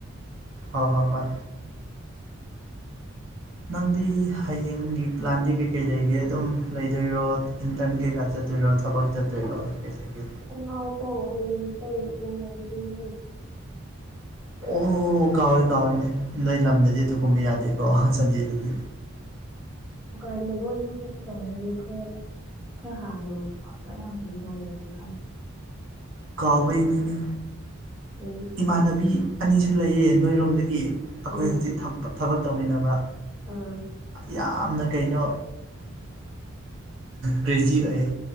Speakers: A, on the right; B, in the centre.
A: ꯍꯣꯏ ꯍꯣꯏ ꯍꯣꯏ
B: ꯎꯝ
A: ꯅꯪꯗꯤ ꯍꯌꯦꯡꯒꯤ ꯄ꯭ꯂꯥꯟꯗꯤ ꯀꯩꯀꯩ ꯂꯩꯒꯦ ꯑꯗꯨꯝ ꯂꯩꯗꯣꯏꯔꯣ ꯏꯟꯇꯔꯟ ꯀꯩꯀꯥ ꯆꯠꯇꯣꯏꯔꯣ ꯊꯕꯛ ꯆꯠꯇꯣꯏꯔꯣ
B: ꯑꯁ
A: ꯀꯩ ꯂꯩꯒꯦ
B: ꯑꯉꯥꯎꯕꯧ ꯍꯌꯦꯡꯁꯩ ꯅꯣꯡꯃꯥꯏꯖꯤꯡꯅꯤ
A: ꯑꯣ ꯀꯥꯎꯏꯦ ꯀꯥꯎꯏꯦꯅꯦ ꯅꯣꯏ ꯂꯝꯗꯗꯤ ꯑꯗꯨꯒꯨꯝꯕ ꯌꯥꯗꯦꯀꯣ ꯁꯟꯗꯦꯗꯗꯤ
B: ꯀ ꯂꯣꯟ ꯈ ꯇ ꯂ ꯈꯔ ꯍꯥꯡꯉꯦꯕꯀꯣ ꯑꯗꯣ ꯑꯌꯥꯝꯕꯗꯤ ꯌꯣꯜꯂꯦꯗꯪ ꯍꯥꯏꯕꯅꯦ
A: ꯀꯥꯎꯕꯩꯅꯦꯅꯦ
B: ꯑꯩ
A: ꯏꯃꯥꯟꯅꯕꯤ ꯑꯅꯤꯁꯨ ꯂꯩꯌꯦ ꯅꯣꯏꯔꯣꯝꯗꯒꯤ ꯑꯩꯈꯣꯏ
B: ꯎꯝ
A: ꯍꯧꯖꯤꯛ ꯊꯕꯛ ꯇꯧꯃꯤꯟꯅꯕ
B: ꯑꯥ
A: ꯌꯥꯝꯅ ꯀꯩꯅꯣ ꯀ꯭ꯔꯦꯖꯤ ꯑꯣꯏꯌꯦ